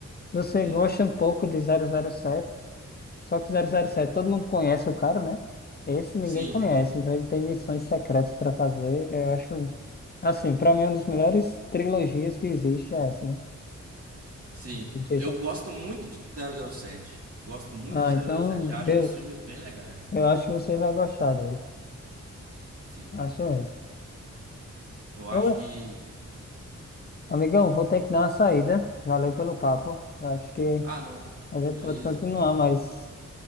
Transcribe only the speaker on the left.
Se você
gosta um pouco de zero zero sete, só que o zero zero sete, todo mundo conhece o cara, né? Esse ninguém
conhece, então ele tem missões secretas para fazer. Eu acho, assim, para mim, uma das melhores trilogias que existe é essa, né?
Do Jason.
Ah,
então
eu,
eu acho que você vai gostar dele.
Acho mesmo.
Ô,
amigão, vou ter que dar uma saída. Valeu pelo papo. Eu acho que
A gente
pode continuar, mas